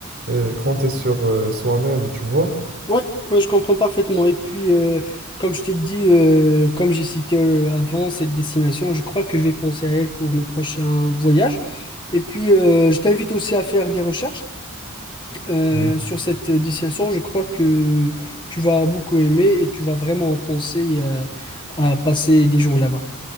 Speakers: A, on the right; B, on the left.
A: euh, compter sur euh, soi-même, tu vois.
B: Ouais, ouais, je comprends parfaitement. Et puis, euh, comme je t'ai dit, euh, comme j'ai cité euh, avant cette destination, je crois que je vais penser à elle pour mes prochains voyages. Et puis, euh, je t'invite aussi à faire des recherches. Euh,
A: Oui,
B: sur cette destination, je crois que tu vas beaucoup aimer et tu vas vraiment penser euh, à passer des jours là-bas.